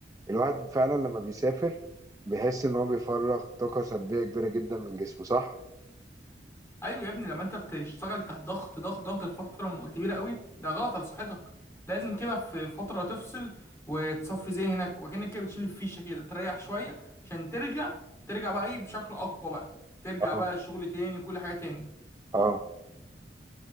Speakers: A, on the right (about 20°); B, on the left (about 15°).
A: الواحد فعلا لما بيسافر بيحس ان هو بيفرغ طاقه سلبيه كبيره جدا من جسمه صح
B: ايوه يا ابني لما انت بتشتغل تحت ضغط ضغط ضغط لفتره كبيره قوي ده غلط على صحتك لازم كده في فتره تفصل وتصفي ذهنك وكأنك كده بتشيل الفيشه كده تريح شويه عشان ترجع ترجع بقى ايه بشكل اقوى بقى ترجع
A: اه
B: بقى الشغل تاني وكل حاجه تاني
A: اه